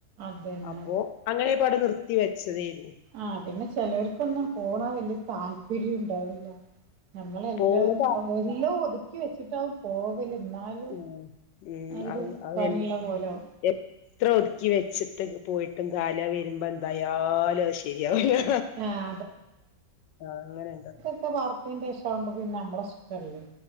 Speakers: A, on the right (about 65°); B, on the left (about 85°).
A: അതന്നെ
B: അപ്പോ
A: അതന്നെ
B: അങ്ങനായപ്പവ്ടെ നിർത്തി വെച്ചതേര്ന്നു.
A: ആഹ് പിന്നെ ചെലോർക്കൊന്നും പോണത് വല്യ താല് പിര്യു ണ്ടാവൂല്ല ഞമ്മളെല്ലതും
B: പോണതാ
A: ഒ എല്ലതും ഒതുക്കി വെച്ചിട്ടാവും പോവല്, ഇന്നാ ലും
B: ഉം ഉം
A: അതൊരു
B: അത് അത്
A: പണിള്ള
B: എല്ല്
A: പോലാവും.
B: എ ത്ര ഒതുക്കി വെച്ചിട്ട് പോയിട്ടും കാര്ല വരുമ്പോ എന്തായാലും അത് ശരിയാവുലാ.
A: ആഹ്
B: ആഹ് അങ്ങനെണ്ട്
A: ഒക്കെ പാർത്തേൻ്റേഷാവുമ്പം പിന്നെ നമ്മളെ ഇഷ്ടല്ലേ?